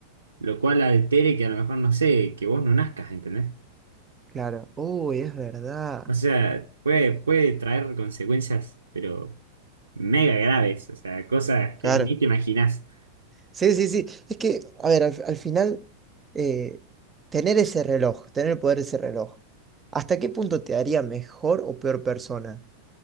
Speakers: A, on the right; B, on the right.
A: lo cual altere que a lo mejor, no sé, que vos no nazcas, ¿entendés?
B: Claro. Uy, es verdad.
A: O sea, puede, puede traer consecuencias, pero mega graves, o sea, cosas que
B: Claro.
A: ni te imaginás.
B: Sí, sí, sí. Es que, a ver, al, al final, eh, tener ese reloj, tener el poder de ese reloj, ¿hasta qué punto te haría mejor o peor persona?